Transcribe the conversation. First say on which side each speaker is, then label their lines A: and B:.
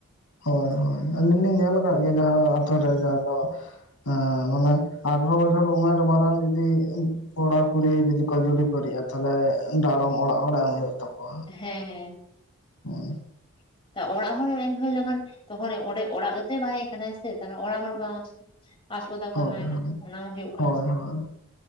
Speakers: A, on the left (about 85°); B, on the left (about 25°).
A: ᱦᱳᱭ ᱦᱳᱭ ᱟᱹᱞᱤᱧ ᱞᱤᱧ ᱧᱮᱞ ᱠᱟᱫ ᱜᱮᱭᱟ ᱡᱟᱦᱟᱸ ᱟᱛᱳ
B: ᱦᱮᱸ
A: ᱨᱮ ᱡᱟᱦᱟᱸ ᱫᱚ ᱦᱮᱸ ᱢᱟᱱᱮ ᱟᱴᱷᱚᱨᱚ ᱵᱚᱪᱷᱚᱨ ᱩᱢᱮᱨ ᱢᱟᱨᱟᱝ ᱡᱩᱫᱤ ᱠᱚᱲᱟ ᱠᱩᱲᱤ ᱡᱩᱫᱤ ᱠᱚ ᱡᱩᱨᱤ ᱯᱟᱹᱨᱤᱜᱼᱟ ᱛᱟᱦᱚᱞᱮ ᱰᱟᱬᱚᱢ ᱚᱲᱟᱜ ᱦᱚᱲ ᱮᱢ ᱦᱩᱭᱩᱜ ᱛᱟᱠᱚᱣᱟ᱾
B: ᱦᱮᱸ ᱦᱮᱸ,
A: <unintelligible>
B: ᱛᱚ ᱚᱲᱟᱜ ᱦᱚᱲ ᱮᱢ ᱦᱩᱭ ᱞᱮᱠᱷᱟᱱ ᱛᱚ ᱚᱸᱰᱮ ᱚᱲᱟᱜ ᱜᱮᱛᱚᱭ ᱵᱟᱭᱮ ᱠᱟᱱᱟ ᱥᱮ᱾ ᱛᱟᱦᱚᱞᱮ ᱚᱲᱟᱜ ᱦᱚᱲ ᱵᱟᱝ ᱟᱥᱯᱚᱫᱫᱟ ᱠᱚ
A: ᱦᱳᱭ
B: ᱮᱢᱟᱭ ᱠᱟᱱᱟ ᱚᱱᱟ ᱦᱚᱸ ᱦᱩᱭᱩᱜ ᱠᱟᱱᱟ᱾
A: ᱦᱳᱭ ᱦᱳᱭ